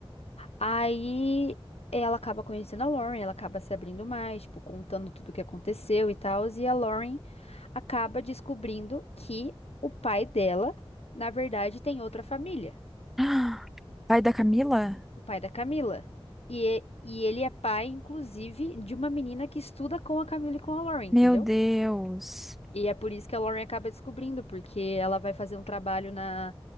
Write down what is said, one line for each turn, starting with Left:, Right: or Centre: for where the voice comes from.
Left: Aí ela acaba conhecendo a Lauren, ela acaba se abrindo mais, tipo, contando tudo o que aconteceu e tal. E a Lauren acaba descobrindo que o pai dela, na verdade, tem outra família,
Centre: Ah, Pai da Camila?
Left: o pai da Camila. E, e- e ele é pai, inclusive, de uma menina que estuda com a Camila e com a Lauren,
Centre: Meu
Left: entendeu?
Centre: Deus.
Left: E é por isso que a Lauren acaba descobrindo, porque ela vai fazer um trabalho na,